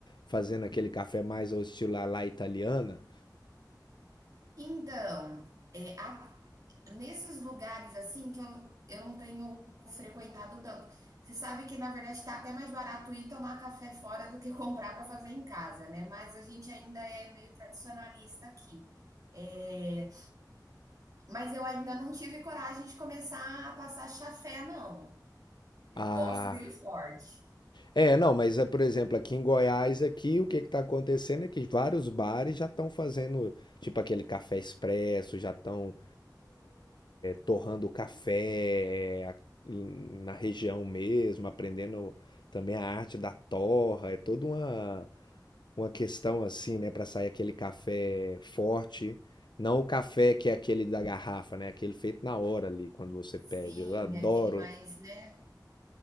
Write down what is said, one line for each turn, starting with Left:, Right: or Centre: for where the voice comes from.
Left: fazendo aquele café mais ao estilo à la italiana.
Right: Então, é, a- nesses lugares assim que eu, eu não tenho frequentado tanto, você sabe que na verdade está até mais barato ir tomar café fora do que <laughs> comprar para fazer em casa, né? Mas a gente ainda é meio tradicionalista aqui. É, mas eu ainda não tive coragem de começar a passar chafé, não. Eu
Left: Ah,
Right: gosto dele forte.
Left: É, não, mas é, por exemplo, aqui em Goiás, aqui o que está acontecendo é que vários bares já estão fazendo, tipo aquele café expresso, já estão torrando o café eh, a- na região mesmo, aprendendo também a arte da torra, é toda uma, uma questão assim, né, para sair aquele café forte, não o café que é aquele da garrafa, né, aquele feito na hora ali, quando você
Right: Sim,
Left: pede. Eu adoro,
Right: aquele mais, né?